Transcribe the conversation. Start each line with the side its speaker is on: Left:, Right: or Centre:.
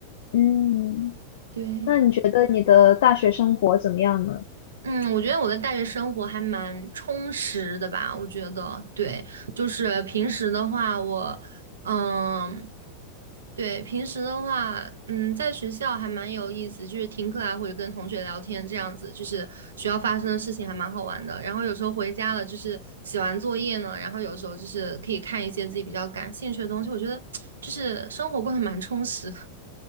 Left: 嗯。
Right: 对，
Left: 那你觉得你的大学生活怎么样呢？
Right: 嗯，我觉得我的大学生活还蛮充实的吧，我觉得，对，就是平时的话，我。嗯，对，平时的话，嗯，在学校还蛮有意思，就是听课啊，或者跟同学聊天这样子，就是学校发生的事情还蛮好玩的。然后有时候回家了，就是写完作业呢，然后有时候就是可以看一些自己比较感兴趣的东西，我觉得 <tsk> 就是生活过得蛮充实的。